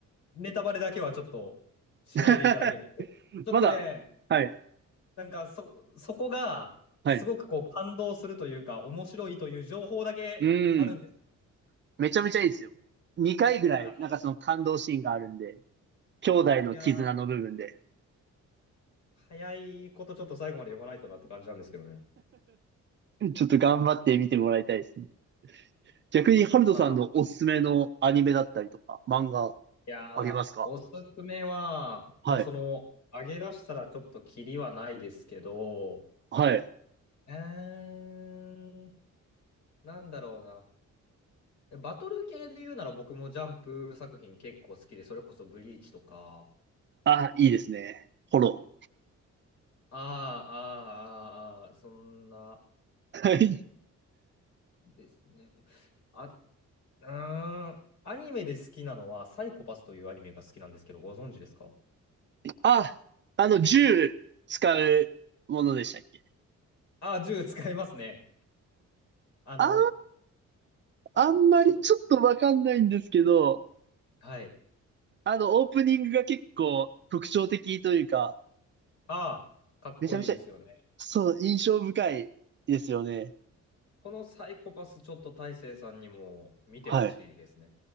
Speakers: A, on the left; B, on the right.
A: ネタバレだけはちょっとしないでいただけると。
B: <laughs>
A: ちょっとね、
B: まだ。はい。
A: なんかそ、そこがすごくこう感動するというか、
B: はい。
A: 面白いという情報だけあるんです。
B: うん。めちゃめちゃいいですよ。2回ぐらい、
A: そう、だから、
B: なんかその感動シーンがあるんで、兄弟の絆の部分で、
A: いやー、早いことちょっと最後まで読まないとなって感じなんですけどね。
B: ちょっと頑張って見てもらいたいですね。逆に、ハルトさんのおすすめのアニメだったりとか、
A: あ
B: 漫画
A: いやー、
B: ありますか
A: おすすめは、
B: はい。
A: まあその、上げ出したらちょっとキリはないですけど、
B: はい。
A: えーん、なんだろうな。バトル系で言うなら僕もジャンプ作品結構好きで、それこそブリーチとか、
B: あ、いいですね。フォロ
A: ああ、ああ、あーあー、そんな。
B: ー。はい。
A: ですね。あ、うーん。アニメで好きなのは、サイコパスというアニメが好きなんですけど、ご存知ですか
B: あ、あの、銃使うものでしたっけ
A: あ、銃使いますね。あの、
B: あー、あんまりちょっとわかんないんですけど、
A: ちょっと、はい。
B: あの、オープニングが結構特徴的というか、
A: ああかっこいいですよね。
B: めちゃめちゃ、そう、印象深いですよね。
A: このサイコパス、ちょっと大成さんにも見てほしいですね。
B: はい。